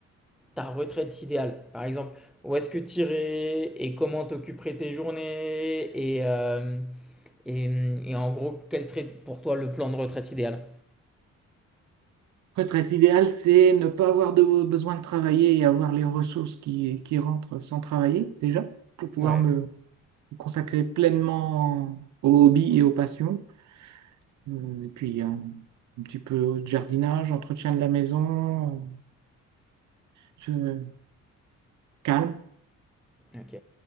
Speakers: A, in the centre; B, on the right.
A: ta retraite idéale, par exemple, où est-ce que tu irais et comment t'occuperais tes journées et, euh, et, et en gros, quel serait pour toi le plan de retraite idéal?
B: Retraite idéale, c'est ne pas avoir de, besoin de travailler et avoir les ressources qui, qui rentrent sans travailler, déjà, pour pouvoir
A: Ouais,
B: me consacrer pleinement aux hobbies et aux passions. Euh, Et puis, euh, un petit peu de jardinage, entretien de la maison, Je- calme.
A: ok.